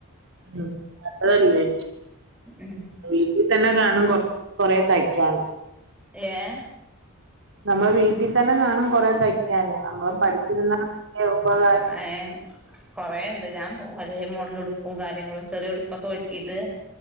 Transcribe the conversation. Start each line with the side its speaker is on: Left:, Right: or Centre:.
Right: ഉം അതാെല്ലേ
Centre: ഉം
Right: ഇതീത്തന്നെ കാണും കൊ കൊറെ തയ്ക്കാന്
Centre: ഇയ്യേ
Right: നമ്മള് വീട്ടി തന്നെ കാണും കൊറെ തയ്ക്കാന് നമ്മള് പഠിച്ചിരുന്ന ഉപക
Centre: അയവ് കൊറേണ്ട് ഞാൻ പോവലേ മോള്ടെ ഉടുപ്പും കാര്യങ്ങളും ചെറിയ ഉടുപ്പൊക്കെ വെട്ടിയിട്ട്